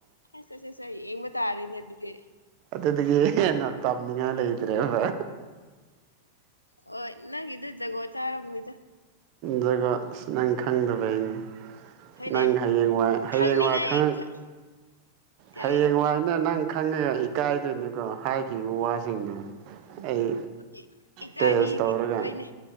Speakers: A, on the left (about 80°); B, on the right (about 45°).
A: ꯍꯁꯁ ꯌꯦ ꯄ ꯇ ꯑꯔꯅꯤ ꯑꯗꯨꯗꯤ
B: ꯑꯗꯨꯗꯒꯤ ꯅ ꯇꯕꯅꯤꯌꯥ ꯂꯩꯇꯔꯦ ꯐ
A: ꯑꯣ ꯅꯪ ꯏꯗ ꯖꯒꯣꯆꯥꯔꯣꯏꯗ
B: ꯖꯒꯣꯏ ꯑꯁ ꯅꯪ ꯈꯪꯗꯕ ꯑꯩꯅꯦ
A: ꯍꯣꯏꯅꯦ
B: ꯅꯪ ꯍꯌꯦꯡ ꯋꯥꯏ ꯍꯌꯦꯡ
A: ꯈꯪꯅꯤꯡꯉꯥꯏ
B: ꯋꯥꯏ ꯈꯪꯉ
A: ꯈ- ꯀꯔꯤ
B: ꯍꯌꯦ ꯌꯦꯡ ꯋꯥ ꯏꯅꯦ ꯅꯪ ꯈꯪꯉꯦ ꯏꯀꯥꯏꯗꯣꯏꯅꯤꯀꯣ ꯍꯥꯏꯈꯤꯕ ꯋꯥꯁꯤꯡꯗꯨꯣ ꯑꯩ
A: ꯏ- ꯏꯀꯥꯏꯕꯤꯔꯣꯏꯅꯦ
B: ꯇꯦꯖ ꯇꯧꯔꯒ